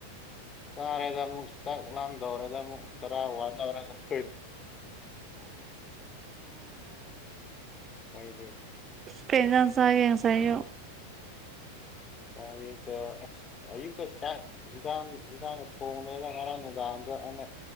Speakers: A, on the left (about 25°); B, on the right (about 25°).
A: ꯆꯥꯔꯦꯗ ꯑꯃꯨꯛ ꯆꯥꯛ ꯂꯥꯝꯗꯧꯔꯦꯗ ꯑꯃꯨꯛ ꯆꯔꯥ ꯋꯥꯟꯗꯧꯔꯦꯗ ꯑꯃꯨꯛ ꯑꯣ ꯍꯁꯦ
B: ꯐꯦꯟ ꯁꯥꯏ ꯌꯦ ꯁꯥꯏꯌꯣ
A: ꯎꯄꯥꯏ ꯂꯇꯥ ꯑꯁ ꯑꯌꯨꯛꯇ ꯆꯥꯛ ꯍꯤꯟꯖꯥꯡ ꯍꯤꯟꯖꯥꯡꯗ ꯊꯣꯡꯗꯔꯒ ꯉꯔꯥꯡ ꯅꯨꯡꯗꯥꯡꯗꯣ ꯑꯩꯅ